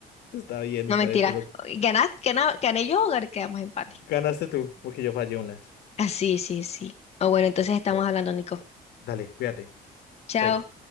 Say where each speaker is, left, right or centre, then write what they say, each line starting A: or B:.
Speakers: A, on the left; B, on the left.
A: Está bien,
B: No,
A: está
B: mentira.
A: bien, te lo
B: ¿Ganás, ganá- gané yo o gan- quedamos empate?
A: ganaste tú, porque yo fallé unas.
B: Ah, sí, sí, sí. Ah, bueno, entonces
A: Listo.
B: estamos hablando, Nico.
A: Dale, cuídate.
B: Chao.
A: Chaito.